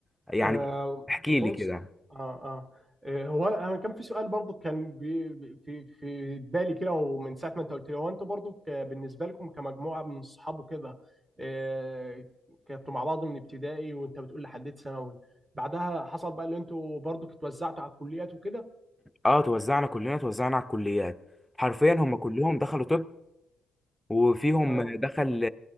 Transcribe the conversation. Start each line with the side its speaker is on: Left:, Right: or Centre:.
Centre: يعني
Right: آه
Centre: احكي
Right: بص
Centre: لي كده
Right: آه, آه آه، هو انا كان في سؤال برضو كان بي بي- في في بالي كده ومن ساعه ما انت قلت لي هو انتوا برضو ك- بالنسبه لكم كمجموعه من الصحاب وكده آه كنتوا مع بعض من ابتدائي وانت بتقول لحد ثانوي بعدها حصل بقى اللي انتوا برضو اتوزعتوا على الكليات وكده
Centre: اه توزعنا كلنا توزعنا على الكليات حرفيا هم كلهم دخلوا طب وفيهم
Right: اه
Centre: دخل